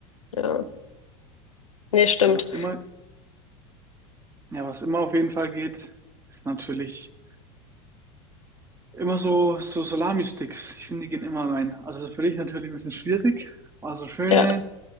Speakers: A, on the left; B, on the right.
A: Ja. Nee, stimmt.
B: Ja, was immer, ja, was immer auf jeden Fall geht, ist natürlich immer so, so Salami-Sticks. Ich finde, die gehen immer rein. Also für dich natürlich ein bisschen schwierig, aber so schöne,
A: Ja.